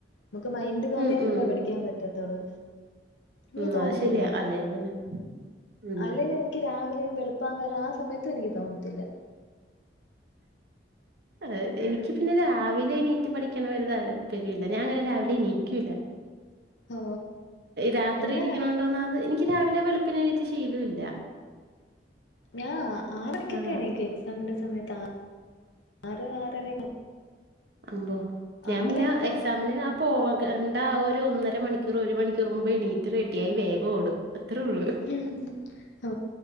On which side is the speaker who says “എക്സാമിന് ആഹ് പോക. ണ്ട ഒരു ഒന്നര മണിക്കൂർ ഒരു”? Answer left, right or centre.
Right